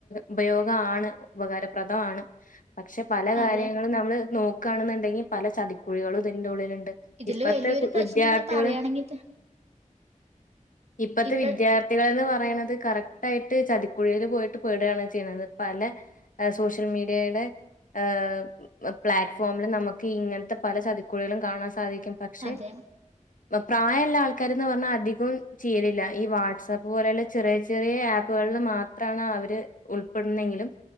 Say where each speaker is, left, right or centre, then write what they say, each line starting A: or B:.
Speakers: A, on the left; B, on the right.
A: ഉപയോഗണ് ഉപകാരപ്രദമാണ് പക്ഷെ പല കാര്യങ്ങളും
B: അതെ
A: നമ്മള് നോക്കുകയാണെന്നുണ്ടെങ്കിൽ പല ചതിക്കുഴികളും ഇതിന്റെ ഉള്ളിലുണ്ട്
B: ഇതില്
A: ഇപ്പത്തെ
B: വലിയൊരു പ്രശ്നംന്ന്
A: വിദ്യാർത്ഥികളും
B: പറയാണെങ്കി
A: ഇപ്പത്തെ
B: ഇപ്പ
A: വിദ്യാർഥ കുട്ടികൾന്ന് പറയണുന്നത് കറക്റ്റ് ആയിട്ട് ചതിക്കുഴിയിൽ പോയിട്ട് പേടുകയാണ് ചെയ്യുന്നത് പല ആഹ് സോഷ്യൽ മീഡിയയുടെ ഹ് പ്ലാറ്റ്ഫോമിൽ നമുക്ക് ഇങ്ങനത്തെ പല ചതിക്കുഴികളും കാണാൻ സാധിക്കും പക്ഷെ
B: അതെ
A: പ്രായമുള്ള ആൾക്കാരന്ന് പറഞ്ഞാൽ അധികവും ചെയ്യലില്ല ഈ വാട്സആപ്പ് പോലെയുള്ള ചെറിയ ചെറിയ ആപ്പുകളിൽ മാത്രമാണ് അവര് ഉൾപ്പെടുന്നെങ്കിലും